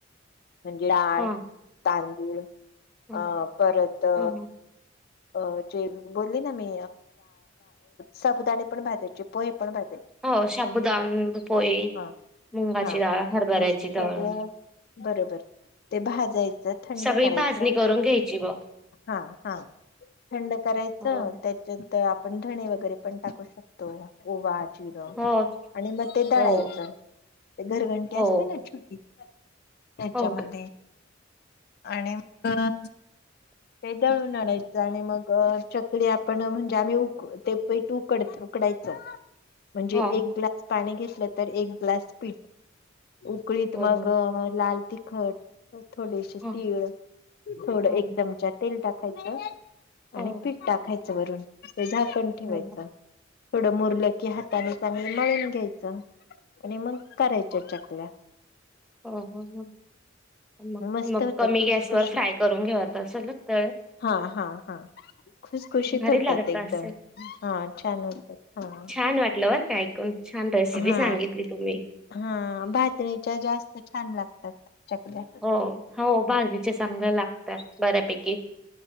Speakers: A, on the left; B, in the centre.
A: म्हणजे लाडळ
B: हां,
A: तांदूळ.
B: हां,
A: अं परत अ
B: हां, हां.
A: अ जे बोलली ना मी साबुदाणे पण भाजायचे पोहे पण भाजाचे.
B: हो शाबुदान पोळी
A: हा
B: मुंगाची
A: हा
B: डाळ हरभऱ्याची
A: ते सगळं
B: डाळ.
A: बरोबर ते भाजायचं थंड
B: सगळी
A: करायचं.
B: भाजणी करून घ्यायची ब
A: हा हा थंड करायचं
B: हो
A: त्याच्यांत पण धणे वगैरे पण टाकू शकतो ओ वाट चिर आणि
B: हो
A: मग ते दळायचं
B: हो
A: ते घरघंटी
B: हो
A: असत ना छोटी त्याच्यामध्ये
B: हो
A: आणि मग
B: अ <inaudible>
A: ते दळून आणायचं आणि मग चकली आपण म्हणजे आम्ही उक ते पट उकड उकडायच. म्हणजे
B: हो
A: एक ग्लास पाणी घेतलं तर एक ग्लास पीठ उकळीत
B: हो
A: मग
B: हो
A: लाल तिखट थोडेसे
B: हो हो
A: तीळ, थोड एक
B: हो
A: चमचा तेल टाकायचं.
B: हो
A: आणि पीठ टाकायचं वरून. झाकण ठेवायचं
B: हो हो
A: थोडं मुरलं की हाताने चांगले मळून घ्यायचं. आणि मग करायच्या चकल्या.
B: ह ह हं मग
A: मस्त
B: मग
A: होतात
B: कमी
A: खुसखुशीत
B: गॅसवर फ्राय करून घेऊत असल त
A: हा हा हा खुशखुशीत
B: भारी
A: होतात
B: लागत
A: एकदम
B: असेल
A: हा छान होतात. हां
B: छान वाटलं बरका ऐकून. छान रेसिपी
A: हा
B: सांगितली तुम्ही
A: हा बाजरीच्या जास्त छान लागतात. चकल्या.
B: हो हो बाजरीच्या चांगल्या लागत बऱ्यापैकी.